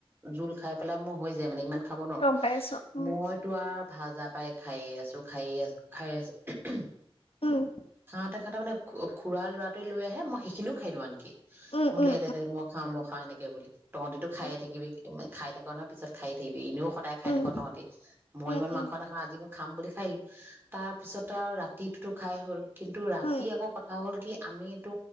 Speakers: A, on the right; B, on the left.
A: জোল খাই পেলাই মই হৈ যা যে মানে ইমান খাব নোৱাৰোঁ।
B: গম পাইছো। উম,
A: মইতো আৰ ভাজা পাই খায়ে আছোঁ, খায়ে আছোঁ, খাই আছে হুম
B: উম,
A: হুম চু উচ খাওতে সিহঁতৰ মানে খু-খুৰা ল'ৰাটোৱে লৈ আহে মই সেইখিনিও খাই দিওঁ আনকি
B: উম,
A: মোক
B: উম,
A: দে দে দে মই খাম ম হয় নেকে বুলি। তহঁতেতো
B: উম।
A: খায়ে থাকিবি তুমি খাই থাকো নহয় পিছত খাই থাকিবি এনেও সদায় খাই
B: উম,
A: থাকো তহঁতি মই
B: উম,
A: ইমান
B: উম,
A: মাংস নাখাওঁ আজি মোক খাম বুলি খাই আহিলো। তাৰ পিছত আৰু ৰাতিটোতো- খাই হ'ল? কিন্তু ৰাতি
B: উম,
A: আকৌ কথা হ'ল কি আমিতো